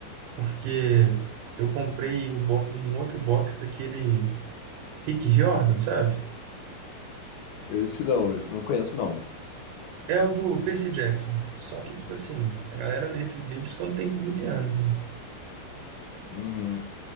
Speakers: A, on the right (about 80°); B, on the left (about 70°).
A: Porque eu comprei o bo- um outro box daquele Rick Riordan, sabe?
B: esse não, esse não conheço não.
A: É o do Percy Jackson. Só que, tipo assim, a galera lê esses livros quando tem 15 anos, né?
B: Uhum.